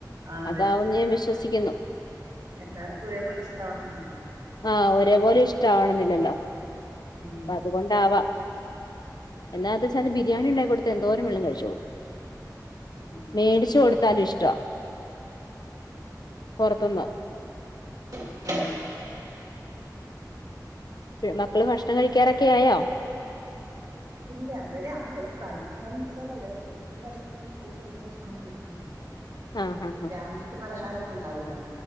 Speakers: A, on the right; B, on the left.
A: ആ അതെ
B: അതാവും എന്ന് ഞാൻ വിശ്വസിക്കുന്നു
A: എല്ലാർക്കും ഒരേപോലെ ഇഷ്ടാവണന്നില്ലല്ലോ
B: ആഹ് ഒരേപോലെ ഇഷ്ടാവണന്നില്ലല്ലോ
A: ഉം
B: അതുകൊണ്ടാവാം എന്നാ അത് സ അ ബിരിണി ഇണ്ടാക്കി കൊടുതാ എന്തോരം വെള്ളം ള്ളം കഴിച്ചോളും
A: ഉം
B: മേടിച്ച് കൊടുത്താൽ ഇഷ്ടവാ പൊറത്ത്ന്ന്
A: <inaudible>
B: മക്കള് ഭക്ഷണം കഴിക്കാറൊക്കെ ആയോ
A: ഇല്ല അവര് ആ അവര് കഴിക്കാന്ന് വെച്ചാൽ എടക്കും തലക്കും എന്തെങ്കിലുംവെഷ്ക്കുബോ ഇട്ത് തിന്നും
B: <inaudible> ഹാ
A: രാവിലത്തെ പലഹാരൊക്കെ ഇണ്ടാവോല്ലോ